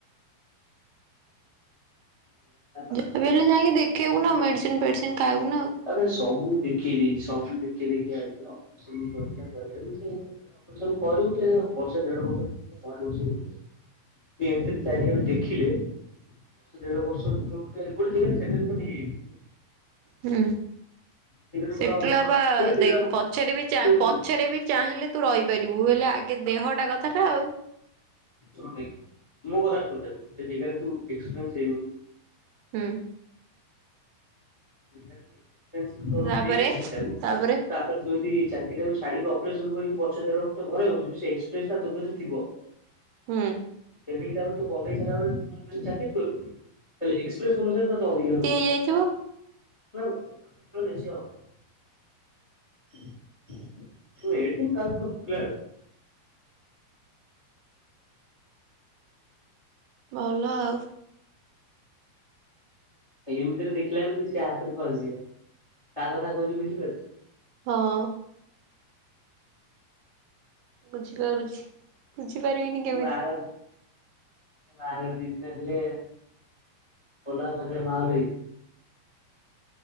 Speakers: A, on the left; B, on the right.
A: ହଁ।
B: ଯାହା ବି ହେଲେ ଯାଇକି ଦେଖେଇବୁ ନା ମେଡିସିନ ଫେଡିସିନ ଖାଇବୁ ନା ଆଉ।
A: ଆରେ ସବୁ ଦେଖେଇଦେଇଚି ସବୁ ଦେଖେଇ ଦେଖେଇ ଆଇଚି ତ ସେମିତି କହିଥିଲା କରିବାକୁ ସିଏ ସବୁ କରିବୁ ଯେ ବର୍ଷେ ଦେଢ ବର୍ଷ ପର୍ଯ୍ୟନ୍ତ ଘରେ ବସିକି ପଢିବୁ। ଏମିତି ଚାରିଆଡ଼ୁ ଦେଖିଲେ ବର୍ଷେ ଦେଢ ବର୍ଷ। ଯୋଉ ଗୋଟେ ଗୋଟେ ଜେଗାରେ ସେଣ୍ଟାଲ କୋଟ ହେଇଯାଇଚି।
B: ହୁଁ
A: ସେଟାରେ
B: ସେଟେଲ
A: ତୋର
B: ହବା
A: ସେଇ ଦେଢ
B: ଦେକ୍ ପଛରେ ବି ଚାପ୍
A: ଶୁଣୁ ଶୁଣୁ
B: ପଛରେ ବି ଚାହିଁଲେ ତୁ ରହିପାରିବୁ ହେଲେ ଆଗେ ଦେହଟା କଥାଟା ଆଉ।
A: ଶୁଣୁ ଦେଖ୍ ମୋ କଥାଟା ଶୁଣିସାରେ ଗୋଟେ ଜେଗାରେ ତୁ ଏକ୍ସପ୍ରେନ୍ସ ହେଇଗଲୁ।
B: ହୁଁ।
A: ଏକ୍ସପ୍ରେନ୍ସ ତୋର
B: ତାପରେ
A: ନେଇଗଲେ ସେଟାକୁ
B: ତାପରେ
A: ଦାଣ୍ଡ ତୁ ଯଦି ଚାକିରିଟାକୁ ଛାଡି ଅପରେସନ କରିକି ବର୍ଷେ ଦେଢ ବର୍ଷ ଘରେ ହଉଛି ସେ ଏକ୍ସପିରିନ୍ସ ଟା ତୋ ଘରେ ଥିବ।
B: ହୁଁ।
A: ପେଣ୍ଡିକ୍ ତାପରେ ବନେଇ ସାରିଲା ପରେ ତୁ ଯୁଆଡେ ଜାଇ ଚାକିରି କଲୁ ତାହେଲେ ଏକ୍ସପ୍ରେନ୍ସ ଅନୁସାରେ ତତେ ଅଧିକା ମିଳୁ।
B: ହେଇଥିବ।
A: <unintelligible> <unintelligible>
B: ଭଲ ଆଉ।
A: ଏମିତିରେ ଦେଖିଲା ବେଳକୁ ସିଏ ହାତରୁ ଖସିଯିବ ତା କଥା କହୁଛି ବୁଝିପାରୁଛୁ।
B: ହଁ। ବୁଝିପାରୁଛି ବୁଝିପାରିବିନି
A: ମୁଁ
B: କେମିତି।
A: ବାହାଘର ବାହାଘର ଠିକ୍ ଟାକ ହେଲେ ପଲାଙ୍ଗ ବଜାର ମାହଲ ହେଇଛି।